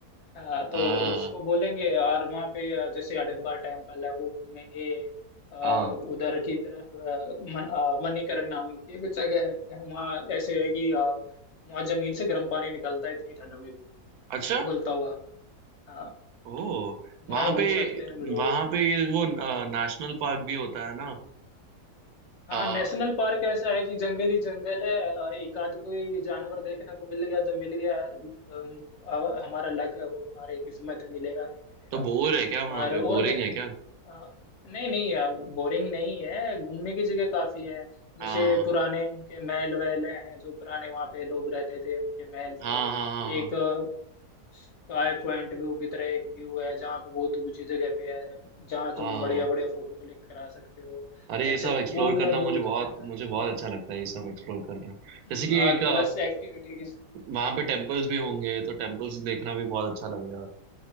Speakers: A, on the left (about 65°); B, on the right (about 75°).
A: हाँ
B: हाँ
A: तो उसको बोलेंगे और वहाँ पे आ, जैसे हडम्बा टेम्पल है वो घूमेंगे आ,
B: हाँ
A: उधर की तरफ आ, मन, आ, मणिकरण नाम की एक जगह है वहाँ ऐसे है कि आ, वहाँ जमीन से गर्म पानी निकलता है इतनी ठंड में भी
B: अच्छा
A: उबलता हुआ हाँ,
B: ओ
A: वहां
B: वहां
A: घूम
B: पे
A: सकते हैं हम लोग
B: वहां पे ये वो नेशनल पार्क भी होता है ना आ,
A: हाँ नेशनल पार्क ऐसा है कि जंगल ही जंगल है अ, एक आध कोई जानवर देखने को मिल गया तो मिल गया अम, अब हमारा लक है वो हमारी किस्मत है, मिलेगा नहीं मिलेगा
B: तो बोर है क्या वहां
A: पर
B: पे
A: और
B: बोरिंग
A: देख
B: है क्या
A: हाँ, नहीं नहीं बोरिंग नहीं है घूमने की जगह काफी है जैसे
B: हाँ
A: पुराने उनके महल वहल हैं जो पुराने वहाँ पे लोग रहते थे उनके महल
B: हाँ
A: थे
B: हाँ हाँ हाँ
A: एक स्काई पॉइंट व्यू की तरह एक व्यू है जहाँ पे बहुत ऊंची जगह पे है जहाँ
B: हाँ
A: तुम बढ़िया बढ़िया फोटो क्लिक करा सकते हो
B: अरे ये
A: ऐसे
B: सब एक्सप्लोर
A: पूरा
B: करना मुझे
A: दूर
B: बहुत
A: तक दिखता है
B: मुझे बहुत अच्छा लगता है ये सब एक्सप्लोर करना
A: हम्म,
B: जैसे कि
A: और
B: एक
A: प्लस एक्टिविटीज
B: वहां पे टेम्पल्स भी होंगे तो टेम्पल्स देखना भी बहुत अच्छा लगेगा